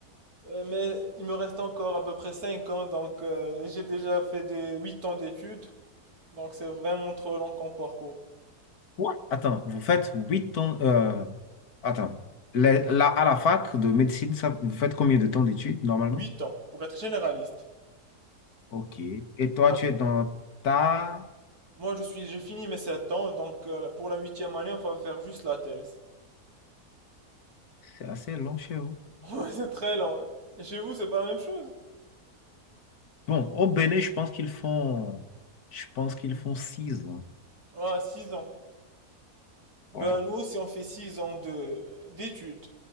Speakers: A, on the right; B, on the left.
A: euh, mais il me reste encore à peu près 5 ans, donc euh, j'ai déjà fait des 8 ans d'études, donc c'est vraiment trop long comme parcours.
B: Quoi? Attends, vous faites 8 ans. euh, Attends. La- la- à la fac de médecine, ça- vous faites combien de temps d'études normalement?
A: Huit ans, pour être généraliste.
B: Ok. Et toi,
A: Puis ap-
B: tu es dans ta...
A: moi, je suis, j'ai fini mes sept ans, donc euh, pour la huitième année, on va faire juste la thèse. <laughs>
B: C'est assez long chez vous.
A: Ouais, c'est très lent. Chez vous, c'est pas la même chose?
B: Bon, au Bénin, je pense qu'ils font... Je pense qu'ils font six. ans.
A: Ah, six ans. Ben,
B: Ouais.
A: nous aussi, on fait six ans de, d'études.